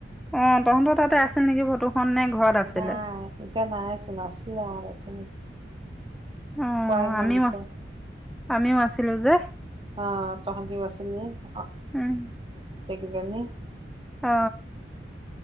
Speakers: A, in the centre; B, on the right.
A: অ', তহঁতৰ তাতে আছিল নেকি ফটোখন নে ঘৰত আছিলে?
B: নাই এতিয়া নাই চোন আছিলে আগতে।
A: অ
B: পোৱাই নাই
A: আমিও
B: বিচাৰ
A: আমিও আছিলো যে
B: অ', তহঁতিও আছিলি, অ,
A: উম
B: গোটেইকেইজনী।
A: অ',